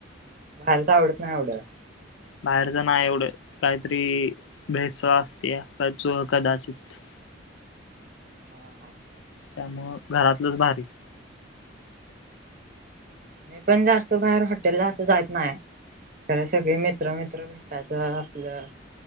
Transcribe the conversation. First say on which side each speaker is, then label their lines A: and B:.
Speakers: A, on the right; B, on the left.
A: बाहेरच आवडत नाही ऐवढं.
B: बाहेरच ना एवढं काहीतरी भेसळ असते च कदाचित
A: हा हा,
B: त्यामुळ घरातलंच भारी.
A: मी पण जास्त बाहेर हॉटेल ला असं जायत नाय. खर सगळे मित्र मित्र भेटयच असलं